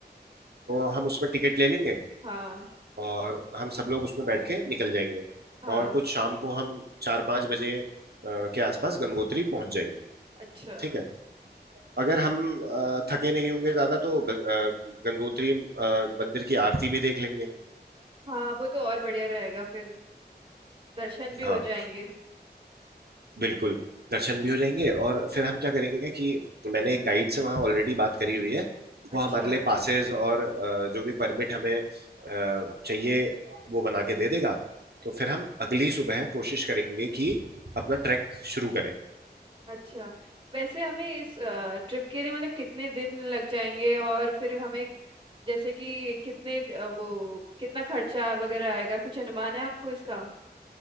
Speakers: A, on the right; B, on the right.
A: तो हम उसमें टिकट ले लेंगे
B: हाँ
A: और हम सब लोग उसमें बैठ के निकल जाएंगे
B: हाँ
A: और कुछ शाम को हम चार पाँच बजे अ, के आसपास गंगोत्री पहुंच जाएंगे
B: अच्छा
A: ठीक है अगर हम अ, थके नहीं होंगे ज्यादा तो ग- अ, गंगोत्री अ, मंदिर की आरती भी देख लेंगे
B: हाँ वो तो और बढ़िया रहेगा फिर दर्शन भी
A: हाँ
B: हो जाएंगे
A: बिल्कुल दर्शन भी हो जाएंगे और फिर हम क्या करेंगे कि मैंने एक गाइड से वहाँ ऑलरेडी बात करी हुई है
B: अच्छा
A: वो हमारे लिए पासेस और अ, जो भी परमिट हमें अ, चाहिए वो बना के दे देगा तो फिर हम अगली सुबह कोशिश करेंगे कि अपना ट्रैक शुरू करें
B: अच्छा वैसे हमें इस ट्रिप के लिए मतलब कितने दिन लग जाएंगे और फिर हमें जैसे कि कितने अ, वो कितना खर्चा वगैरह आएगा कुछ अनुमान है आपको इसका